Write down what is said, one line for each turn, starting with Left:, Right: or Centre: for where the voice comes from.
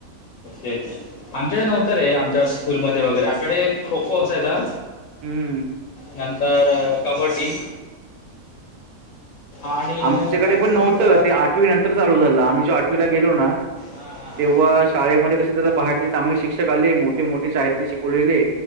Left: े आमच्याकडे नव्हतं रे आमच्या स्कूलमध्येध्ये वगैरे आमच्याकडे खो खो असाय का
Right: हम्म
Left: नंतर कबड्डी आणि
Right: आमच्याकडे
Left: जास्तीत
Right: पण
Left: जास्त
Right: नव्हतं ते आठवी नंतर चालू झालं आम्ही जो आठवीला गेलो ना
Left: हा हा ह
Right: तेव्हा शाळेमध्ये कसे जरा बाहेरले चांगले शिक्षक आले मोठे मोठे शाळेतले शिकवलेले